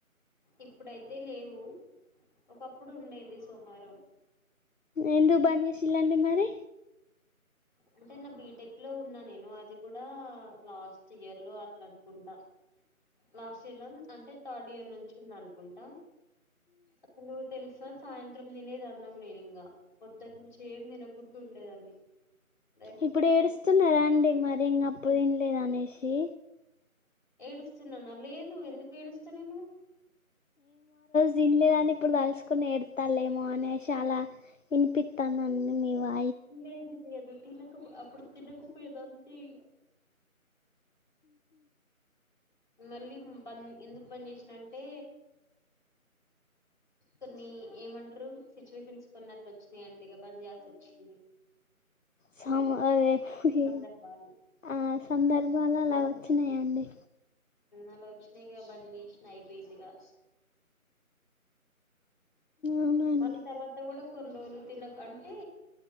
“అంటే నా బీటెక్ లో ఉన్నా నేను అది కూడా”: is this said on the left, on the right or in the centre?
Left